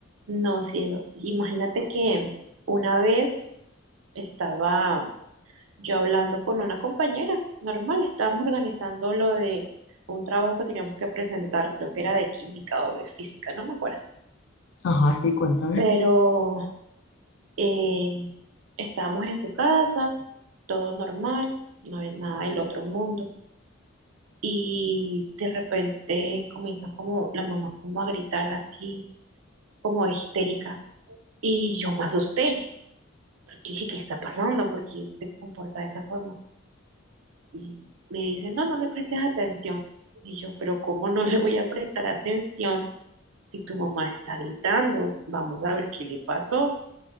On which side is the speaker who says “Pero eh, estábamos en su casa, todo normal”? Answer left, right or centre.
Right